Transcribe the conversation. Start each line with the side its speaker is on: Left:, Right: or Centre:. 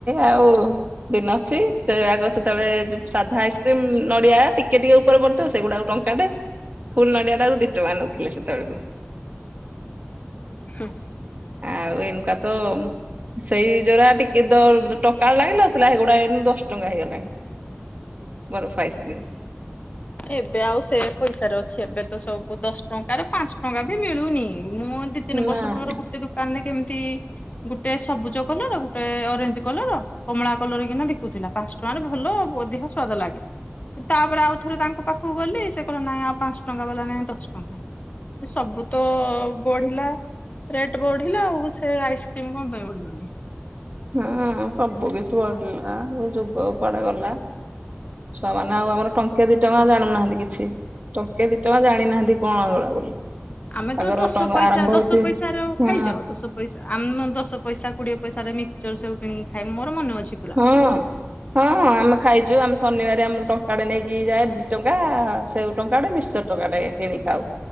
Right: ଆଉ ଦିନ ଅଛି ସେ ଆଗ ସେତେବେଳେ ଯୋଉ ସାଧା ଆଇସ୍କ୍ରିମ, ନଡିଆ ଟିକେ ଟିକେ ଉପରେ ପଡିଥିବ ସେଗୁଡା ଟଙ୍କା ସିଆଡେ ଫୁଲ୍ ନଡିଆଟାକୁ ଦିଟଙ୍କା ନେଉଥିଲେ ସେତେବେଳକୁ
Left: ହୁଁ।
Right: ଆଉ ଏଇନୁକାତ ସେଇ ଯୋରା ଟିକେ ଦର୍ ଟଙ୍କାଏ ଲାଗୁଥିଲା ସେଗୁଡା ଏଇନେ ଦଶ ଟଙ୍କା ହେଇଗଲାଣି। ବରଫ ଆଇସ୍କ୍ରିମ୍
Left: ଏବେ ଆଉ ସେ ପଇସାରେ ଅଛି ଏବେ ତ ସବୁ ଦଶ ଟଙ୍କ ର ପାଞ୍ଚ ଟଙ୍କା ବି ମିଳୁନି ମୁଁ ଦି, ତିନି
Right: ନା
Left: ବର୍ଷ ପୂର୍ବରୁ ଗୋଟେ ଦୋକାନରେ କେମିତି ଗୁଟେ ସବୁଜ କଲର, ଗୁଟେ ଅରେଞ୍ଜ କଲର କମଳା କଲର କିନା ବିକୁଥିଲା। ପାଞ୍ଚ ଟଙ୍କାରେ ଭଲ ଅଧିକା ସ୍ବାଦ ଲାଗେ ତାପରେ ଆଉ ଥରେ ତାଙ୍କ ପାଖକୁ ଗଲି, ସେ କଇଲା ନାଇଁ ଆଉ ପାଞ୍ଚ ଟଙ୍କା ବାଲା ନାଇଁ ଦଶ ଟଙ୍କା। ସବୁ ତ ଅ ବଢିଲା ରେଟ୍ ବଢିଲା, ଆଉ ସେ ଆଇସ୍କ୍ରିମ୍ କଣ ପାଇଁ ବଢିବନି?
Right: ହଁ ସବୁ କିଛି ବଢିଲା, ଯୁଗ କୁଆଡେ ଗଲା। ଛୁଆମାନେ ଆଉ ଆମର ଟଙ୍କେ ଦିଟଙ୍କା ଜାଣୁନାହାନ୍ତି କିଛି। ଟଙ୍କେ, ଦିଟଙ୍କା ଜାଣିନାହାନ୍ତି କଣ ହେଇଗୁଡ଼ା ବୋଲି
Left: ଆମେ
Right: ତାଙ୍କର
Left: ତ ଦଶ
Right: ଟଙ୍କା
Left: ପଇସା,
Right: ଆରମ୍ଭ
Left: ଦଶପଇସାର
Right: ହଉଛି ହଁ
Left: ଖାଇବ ଦଶ ପଇସା ଆମ ଦଶ ପଇସା କୋଡିଏ ପଇସାରେ ମିକଚର ସବୁ କିଣିକି ଖାଏ, ମୋର ମନେ ଅଛି ଖୁ
Right: ହଁ। ହଁ ହଁ ଆମେ ଖାଇଛୁ, ଆମେ ଶନିବାରିଆ ଟଙ୍କାଟେ ନେଇକି ଯାଏ ଦିଟଙ୍କା ସେ ଟଙ୍କା ଟେ ମିଶ୍ଚର ଟଙ୍କା ଟେ କିଣି ଖାଉ